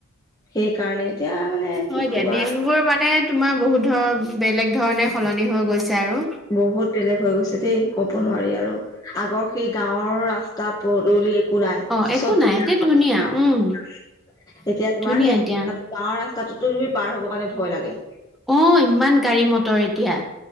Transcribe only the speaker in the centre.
হয় দিয়া
দিন বোৰ মানে তোমাৰ বহুত ধৰ বেলেগ ধৰণে সলনি হৈ গৈছে আৰু
অ
একো
নাই এতিয়া
উম
ধুনীয়া
এতিয়া
অ ইমান গাড়ী মটৰ এতিয়া